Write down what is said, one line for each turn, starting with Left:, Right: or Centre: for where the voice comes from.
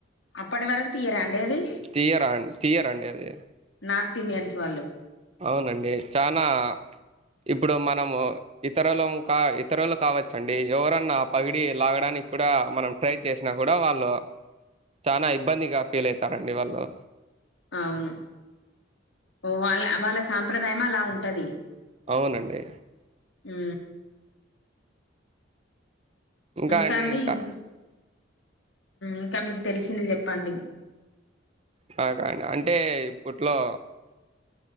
Left: అప్పటి వరకు తీయరాండి అది
Right: తీయరా అండి? తీయరండి అది
Left: నార్త్ ఇండియన్స్ వాళ్ళు
Right: అవునండి చనాా ఇప్పుడు మనము ఇతరులు ఇతరులు కావచ్చండి ఎవరన్నా పగిడి లాగడానికి కూడా మనం ట్రై చేసినా కూడా వాళ్ళు చానా ఇబ్బందిగా ఫీల్ అయితారండి వాళ్ళు
Left: అవును వాళ్ళ వాళ్ళ సాంప్రదాయం అలా ఉంటది
Right: అవునండి
Left: మ్
Right: ఇంకా
Left: ఇంకాండి
Right: అండి ఇంకా
Left: ఇం ఇంకా మీకు తెలిసింది చెప్పండి
Right: నాకా అండి అంటే ఇప్పట్లో